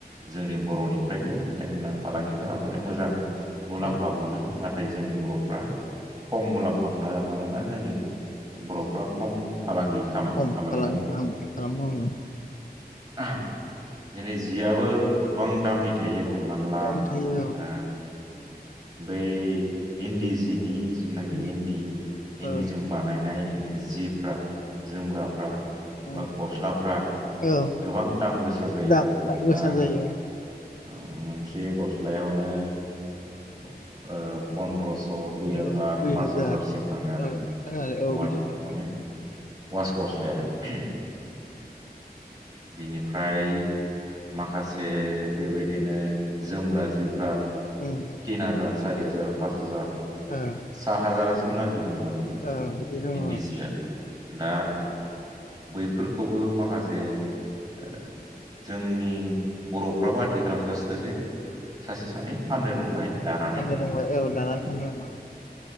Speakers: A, on the right; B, on the left.
A: जोंनि बर'निफ्रायनो बिथांमोना फालांगि खालामनानै मोजां मुलाम्फा
B: औ
A: मोनो नाथ <unintelligible> जोंनि बर'फ्रा खम मुलाम्फा मोनोनख आरो मानोना जोंनि बर'फ्रा खम फालांगि
B: <unintelligible>
A: खामा खामानि मावो <unintelligible> दिनै जिआबो गोबां दामनि थायो हमनानै ला
B: दाबाय थायो
A: ओ बै इन्दि जिनि जेनाखि
B: औ
A: इन्दि इन्दिजों
B: औ
A: बानायनाय जिफ्रा जोमग्राफ्रा
B: औ
A: बा गस्लाफ्रा
B: औ
A: गोबां दाम गोसा जायो
B: दाम
A: आरो <unintelligible>
B: गोसा जायो
A: ओ मोनसे गस्लायावनो ओ पन्द्रस' अ दुइ हाजार
B: औ दुइ
A: पास
B: हाजार
A: हाजारसिम थाङो आरो
B: औ औ
A: अवाड
B: बिदि औ
A: माने वास गस्लाया बिनिफ्राय माखासे बेबायदिनो जोमग्रा जिफ्रा
B: ओम
A: तिन हाजार सारिजार पास हाजार
B: औ
A: सात हाजारासिम लागि दं आरो
B: औ बिदि
A: <unintelligible>
B: दङ
A: इन्दि
B: औ
A: जिया दा बैफोरखौबो माख <unintelligible> जोंनि बर'फ्राबो आथिखालाव सासे सासे सासे सानै फाननो रोंबाय दानानै
B: फान्नो रोंबाय औ
A: खिन्थु
B: दाना फान्नो रोंबाय औ